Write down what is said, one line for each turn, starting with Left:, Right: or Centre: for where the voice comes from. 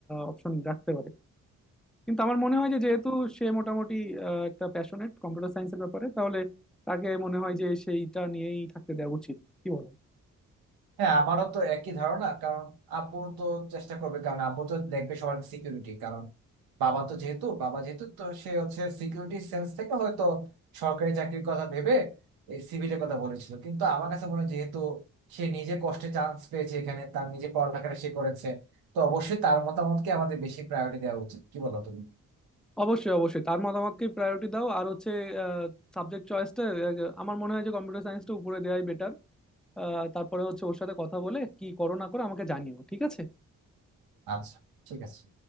Centre: অপশন রাখতে পারে কিন্তু আমার মনে হয় যে যেহেতু সে মোটামুটি আহ, একটা প্যাশনেট কম্পিউটার সায়েন্সের ব্যাপারে তাহলে তাকে মনে হয় যে সেইটা নিয়েই থাকতে দেওয়া উচিত কি বলো
Right: হ্যাঁ আমারও তো একই ধারণা কারণ আব্বু তো চেষ্টা করবে কারণ আব্বু তো দেখবে সবার সিকিউরিটি কারণ বাবা তো যেহেতু বাবা যেহেতু তো সে হচ্ছে সিকিউরিটি সেন্স থেকে হয়তো সরকারি চাকরির কথা ভেবে এই সিভিলের কথা বলেছিল কিন্তু আমার কাছে মনে হয় যেহেতু সে নিজে কষ্টে চান্স পেয়েছে এখানে তার নিজে পড়ালেখাটা সে করেছে তো অবশ্যই তার মতামতকে আমাদের বেশি প্রায়োরিটি দেওয়া উচিত কি বলো তুমি
Centre: অবশ্যই অবশ্যই তার মতামতকে প্রায়োরিটি দাও আর হচ্ছে সাবজেক্ট চয়েসটা আমার মনে হয় যে কম্পিউটার সায়েন্সটা উপরে দেওয়াই বেটার তারপরে হচ্ছে ওর সাথে কথা বলে কি করো না করো আমাকে জানিও ঠিক আছে
Right: আচ্ছা ঠিক আছে